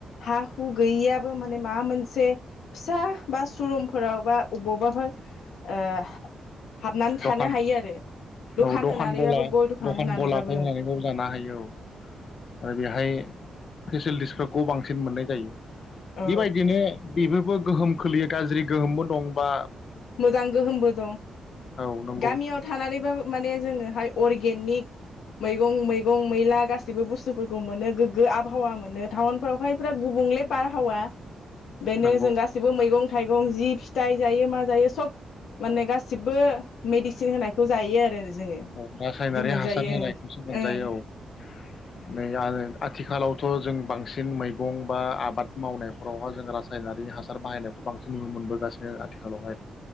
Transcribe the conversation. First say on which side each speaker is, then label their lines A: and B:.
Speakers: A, on the left (about 75°); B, on the left (about 50°).
A: हा हु गैयियाबो माने माबा मोनसे फिसा बा सुरुमफोराव बा बबावबाफोर ओ हाबनानै
B: दखान
A: थानो हायो आरो
B: औ दखान
A: होनानैबाबो
B: गला
A: गय
B: दखान
A: होनानैबाबो
B: गलाखौ होनानैबाव जानो हायो औ आरो बेहाय फेसिलिटिसफोर खौ बांसिन मोननाय जायो।
A: औ
B: बेबायदिनो बेबोबो गोहोम खोलैयो गाज्रि गोहोमबो दं बा
A: मोजां गोहोमबो दं
B: आरो औ नंगौ
A: गामियाव थानानैबाबो माने जोङोहाय अरगेनिक मैगं मैगं मैला गास जेबो बुस्थुफोरखौ मोनो गोग्गो आबहावा मोनो। थावन फोरावहाय बिराद गुबुंग्ल बारहावा बेनो
B: नंगौ
A: जों गासैबो मैगं थाइगं जि फिथाइ जायो मा जायो सब माने गासिबो मेडिसिन होनायखौ जायो। आरो जोङो
B: औ राखायनारि
A: बिदि मोनजायो
B: हासार होनायखौसो मोनजायो
A: ओं
B: औ नै आ आथिखालाव थ' जों बांसिन मैगं बा आबाद मावनायफोरावहाय जों रासायनारि हासार बाहायनायखौ बांसिन नुनो मोनबोगासिनो आथिखालावहाय